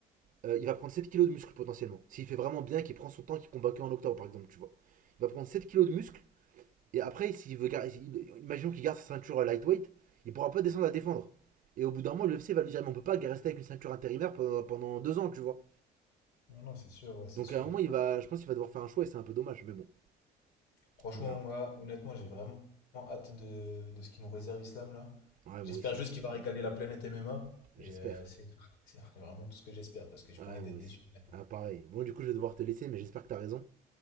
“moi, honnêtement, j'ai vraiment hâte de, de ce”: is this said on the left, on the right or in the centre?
Left